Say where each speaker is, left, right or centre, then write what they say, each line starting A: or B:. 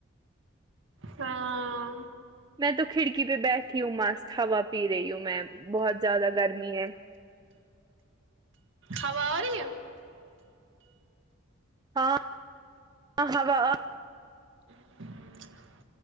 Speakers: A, on the right; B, on the right.
A: ہاں
B: میں تو کھڑکی پہ بیٹھی ہوں مست ہوا پی رہی ہوں میں بہت زیادہ گرمی ہے
A: ہوا آ رہی ہے
B: ہاں ہوا
A: ہ